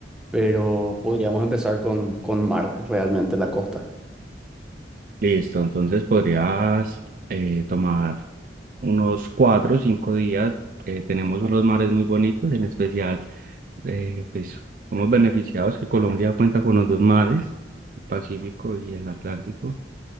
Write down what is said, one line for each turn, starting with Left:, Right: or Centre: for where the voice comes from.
Centre: pero podríamos empezar con, con mar, realmente la costa.
Right: Listo, entonces podrías eh, tomar unos cuatro o cinco días. Eh, tenemos unos mares muy bonitos, en especial, eh, pues somos beneficiados que Colombia cuenta con los dos mares, el Pacífico y el Atlántico.